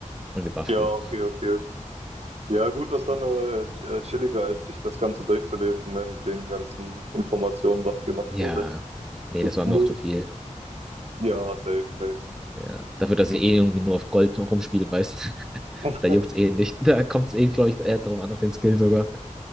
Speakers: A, in the centre; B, on the right (about 55°).
A: und gebufft
B: Ja,
A: wird.
B: okay, okay. Ja, gut, das ist dann äh, chilliger, als sich das Ganze durchzulesen, ne, mit den ganzen Informationen, was gemacht
A: Ja,
B: wurde.
A: nee,
B: So,
A: das war
B: null-
A: mir auch zu viel.
B: Ja, safe, safe.
A: Ja, dafür, dass ich eh irgendwie nur auf Gold rumspiele, weißt, <laughs>
B: <laughs>
A: da juckt's eh nicht. Da kommt's eh, glaube ich, eher drauf an, auf den Skill sogar.